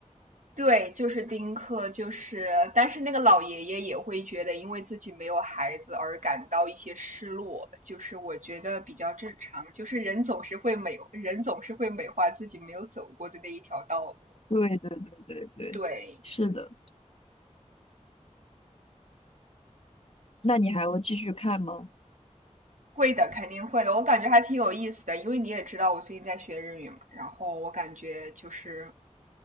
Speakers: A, on the right (about 80°); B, on the left (about 55°).
A: 对，就是丁克，就是但是那个老爷爷也会觉得因为自己没有孩子而感到一些失落，就是我觉得比较正常，就是人总是会美，人总是会美化自己没有走过的那一条道路。
B: 对对对对对，
A: 对，
B: 是的。那你还会继续看吗？
A: 会的，肯定会的。我感觉还挺有意思的，因为你也知道我最近在学日语嘛，然后我感觉就是